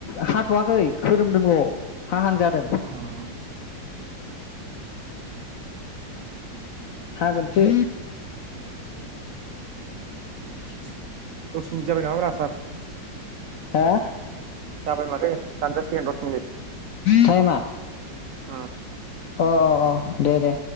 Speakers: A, on the left; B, on the right.
A: हाथ'वाखै खोरोमदोंल' हाहां जादों।
B: अ
A: हागोनसो।
B: <inaudible> दस मिनिथ जाबाय नामा ब्रा सार?
A: हा?
B: जाबाय माथो। दानजासिगोन दस
A: टाइमा?
B: ओम।
A: अ अ अ दे दे।